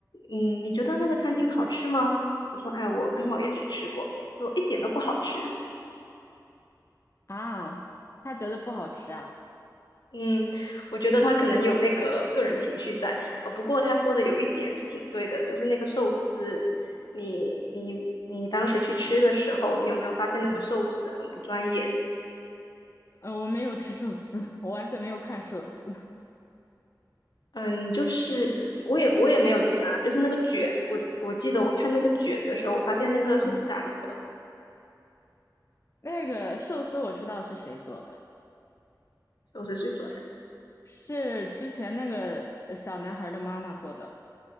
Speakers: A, on the left; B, on the left.
A: 嗯，你觉得那个餐厅好吃吗？我说，哎，我刚好也去吃过，他说一点都不好吃。
B: 啊，他觉得不好吃啊？
A: 嗯，我觉得他可能有那个个人情绪在，呃，不过他说的有一点是挺对的，就是那个寿司，你你你当时去吃的时候，你有没有发现那个寿司很不专业？
B: 嗯，呃，我没有吃寿司，我完全没有看寿司。
A: 嗯，就是我也我也没有夹，就是那个卷，我我记得我看那个卷的时候，我发现那个是散的。
B: 嗯，那个寿司我知道是谁做的，
A: 都是谁做的？
B: 是之前那个呃小男孩的妈妈做的。